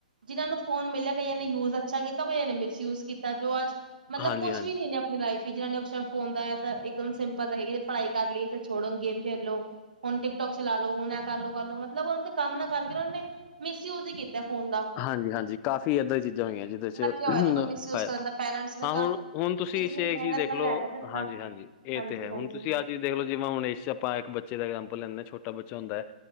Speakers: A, on the right; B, on the left.
A: ਜਿਨਾਂ ਨੂੰ ਫੋਨ ਮਿਲਿਆ ਕਈਆਂ ਨੇ ਯੂਜ ਅੱਛਾ ਕੀਤਾ ਕਈਆਂ ਨੇ ਮਿਸਯੂਜ ਕੀਤਾ ਜੋ ਅੱਜ ਮਲਬ
B: ਹਾਂਜੀ,
A: ਕੁਛ
B: ਹਾਂਜੀ।
A: ਵੀ ਨਈ ਨੇ ਅਪ ਨੀ ਲਾਈਫ ਈ ਜਿਨਾਂ ਨੇਂ ਉਸ ਟਾਈਮ ਫੋਨ ਦਾ ਐਸਾ ਏਕਦਮ ਸਿੰਪਲ ਤਾਂ ਹੇਗੀ ਚੱਲ ਪੜ੍ਹਾਈ ਕਰ ਲੀ ਚੱਲ ਛੋੜੋ ਗੇਮ ਖੇਲ ਲੋ। ਹੁਨ ਟਿਕਟੋਕ ਚਲਾ ਲੋ ਹੁਨ ਐ ਕਰਲੋ, ਕਰਲੋ ਮਤਲਬ ਓਨ ਦੇ ਕੰਮ ਨਾ ਕਰਕੇ ਉਨਾਂ ਨੇ ਮਿਸਯੂਜ ਈ ਕੀਤੈ। ਔਂਦਾ
B: ਹਾਂਜੀ-ਹਾਂਜੀ ਕਾਫੀ ਐਦਾਂ ਦੀ ਚੀਜ਼ਾਂ ਹੋਈਆਂ, ਜਿਹਦੇ 'ਚ
A: ਕੀ ਹੋਇਆ ਦੇਖੋ ਮਿਸਯੂਜ
B: ਫੈ
A: ਕਰਨ ਦਾ ਪੈਰੈਂਟਸ ਨੇ
B: ਹਾਂ
A: ਤਾਂ
B: ਹੁਣ ਹੁਣ ਤੁਸੀਂ
A: ਇਤਨੀ
B: ਇਸ ਐਹ
A: ਮਿਹਨਤ
B: ਚੀਜ਼ ਦੇਖ
A: ਨਾਲ
B: ਲੋ,
A: ਲੈ ਕੇ ਦਿੱਤਾ
B: ਹਾਂਜੀ-ਹਾਂਜੀ ਇਹ
A: ਹਾਂਜੀ-ਹਾਂਜੀ
B: ਤੇ ਹੈ ਹੁਣ ਤੁਸੀਂ ਅੱਜ ਜੀ ਦੇਖਲੋ ਜਿਵੇਂ ਹੁਣ ਇਸ 'ਚ ਆਪਾਂ ਇੱਕ ਬੱਚੇ ਦਾ ਐਗਜਾਮਪਲ ਲੈਂਦੇ ਆਂ, ਛੋਟਾ ਬੱਚਾ ਹੁੰਦਾ ਹੈ